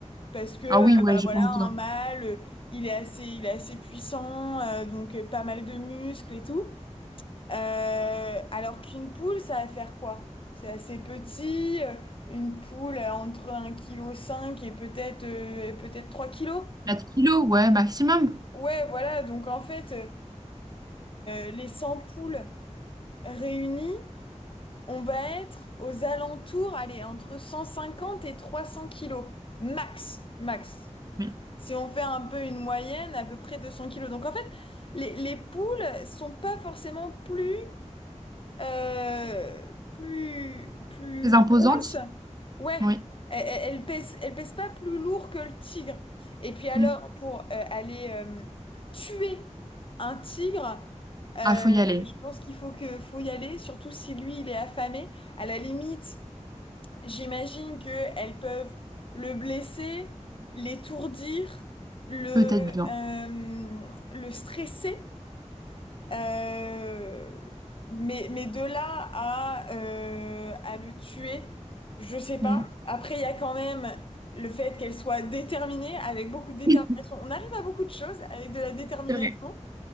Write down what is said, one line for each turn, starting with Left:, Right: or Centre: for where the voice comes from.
Left: Parce que, euh,
Right: Ah oui, ouais,
Left: bah
Right: je
Left: voilà,
Right: pense bien.
Left: un mâle, euh, il est assez, il est assez puissant, euh, donc euh, pas mal de muscles et tout. Euh, alors qu'une poule, ça va faire quoi? C'est assez petit, euh, une poule euh, entre 1,5 kg et peut-être euh, peut-être trois kilos
Right: 4 kilos, ouais, maximum.
Left: Ouais, voilà, donc en fait, euh, euh, les cent poules réunies, on va être aux alentours, allez, entre 150 et 300 kilos, max, max.
Right: Oui.
Left: Si on fait un peu une moyenne, à peu près 200 kilos. Donc en fait, les, les poules sont pas forcément plus euh, plus, plus
Right: Très imposante.
Left: grosse. Ouais,
Right: Oui.
Left: elle, elle- elle pèse, elle pèse pas plus lourd que le tigre. Et puis alors,
Right: Mm.
Left: pour euh, aller euh, tuer un tigre, euh,
Right: Ah, faut y aller.
Left: je pense qu'il faut que, faut y aller, surtout si lui, il est affamé. À la limite, j'imagine qu'elles peuvent le blesser, l'étourdir, le,
Right: Peut-être bien.
Left: euh, le stresser. Euh, mais, mais de là à, euh, à le tuer, je sais pas.
Right: Mm.
Left: Après, il y a quand même le fait qu'elle soit déterminée, avec beaucoup de détermination.
Right: C'est
Left: On arrive à beaucoup de choses avec de la détermination.
Right: vrai.